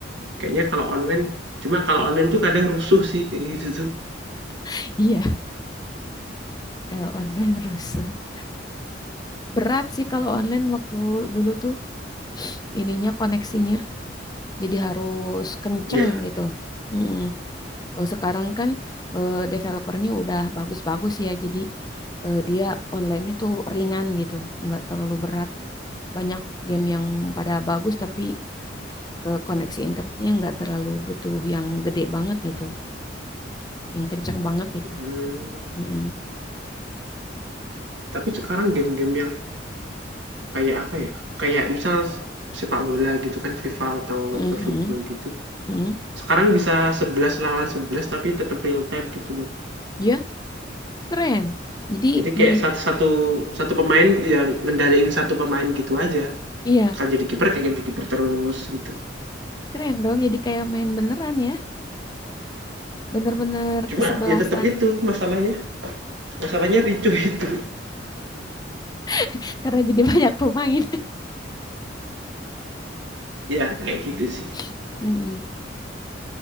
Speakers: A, on the right (about 70°); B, on the left (about 20°).
A: kayaknya kalau online cuma kalau online tuh kadang rusuh sih kayak gitu tuh.
B: <laughs> iya, kalau online rusuh. Berat sih kalau online waktu dulu tuh ininya koneksinya. Jadi harus kenceng
A: Ya,
B: gitu. Mm-mm. Kalau sekarang kan eh, developernya udah bagus-bagus ya. Jadi eh, dia online-nya tuh ringan gitu. Nggak terlalu berat. Banyak game yang pada bagus tapi eh, koneksi internetnya nggak terlalu butuh yang gede banget gitu. yang kencang banget gitu.
A: mhm.
B: Mm-mm.
A: Tapi sekarang game-game yang kayak apa ya, kayak misal sepak bola gitu kan, FIFA atau
B: Mhm.
A: eFootball gitu,
B: Mhm.
A: sekarang bisa 11 lawan 11 tapi tetap real time gitu loh.
B: Ya, keren. Jadi
A: Jadi kayak
B: bener,
A: sat satu satu pemain yang ngendaliin satu pemain gitu aja.
B: iya
A: Kalau jadi kiper kayak jadi kiper terus gitu.
B: keren dong. Jadi kayak main beneran ya, bener-bener
A: Cuma
B: kesebelasan
A: ya tetap itu masalahnya masalahnya ricu itu
B: <laughs> karena jadi banyak pemain.
A: ya kayak gitu sih
B: <laughs> Mm-mm.